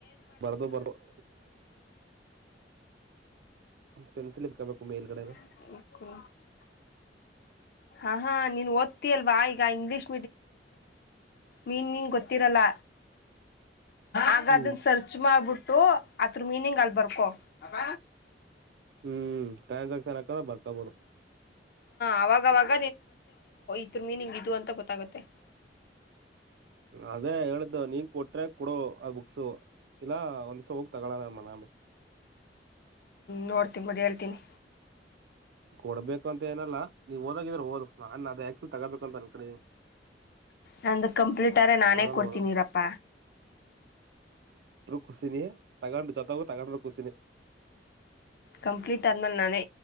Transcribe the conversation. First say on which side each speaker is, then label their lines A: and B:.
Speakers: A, on the right; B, on the left.
A: ಬರದು ಬರದು <inaudible> ಪೆನ್ಸಿಲ್ ಇಟ್ಕೋಬೇಕು ಮೇಲ್ಗಡೆನ
B: <unintelligible> ಆಹಾ ನೀವು ಒತ್ತಿಯಲ್ಲ--ಇಂಗ್ಲಿಷ್ ಮೀನಿಂಗ್ ಗೊತ್ತಿಲ್ಲ ಆಗ
A: ಹ್ಮ್
B: ಅದನ್ನು ಸರ್ಚ್ ಮಾಡೋದು ಅದರ ಮೀನಿಂಗ್ ಅಲ್ಲಿ ಬರ್ಕೋ ಅಪ್ಪ
A: ಟ್ರಾನ್ಸಾಕ್ಷನ್
B: ಅವಾಗವಾಗ ಇದರ ಮೀನಿಂಗ್ ಇದು ಅಂತ ಗೊತ್ತಾಗುತ್ತೆ
A: ಅದಾ ಹೇಳಿದ್ದು ಕೊಟ್ರೆ ಕೊಡು ಆ ಬುಕ್ಸ್ ಇಲ್ಲ ತಗೊಳೋಣ ಆಮೇಲೆ
B: ನೋಡ್ತೀನಿ ಬಿಡಿ ಹೇಳ್ತೀನಿ
A: ಕೊಡಬೇಕಂತೆನಿಲ್ಲ ನೀನು ಹೋದಂಗ್ ಇದ್ರೆ ಓದು ನಾನದನ್ನ ತಗೊಂಡ್ ಬೇಕಂತ ಅಂದುಕೊಂಡಿದ್ದೇನೆ
B: ನಂದು ಕಂಪ್ಲೀಟ್ ಆದರೆ ನಾನೇ
A: ತಗೊಂಡ್
B: ಕೊಡ್ತೀನಿ
A: ಓದದು
B: ಇರಪ್ಪ
A: ಖುಷಿನೇ--ತಗೊಂಡಿಲ್ಲ ಅಂದ್ರು ಖುಷಿನೇ
B: ಕಂಪ್ಲೀಟ್ ಆದ್ಮೇಲೆ